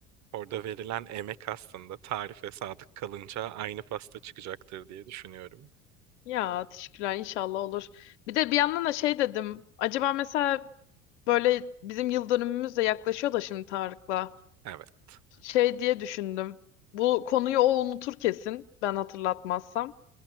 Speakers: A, on the right; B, on the left.
A: orada verilen emek aslında tarife sadık kalınca aynı pasta çıkacaktır diye düşünüyorum.
B: Ya teşekkürler inşallah olur. Bir de bir yandan da şey dedim. Acaba mesela böyle bizim yıl dönümümüz de yaklaşıyor da şimdi Tarık'la.
A: Evet.
B: Şey diye düşündüm. Bu konuyu o unutur kesin ben hatırlatmazsam.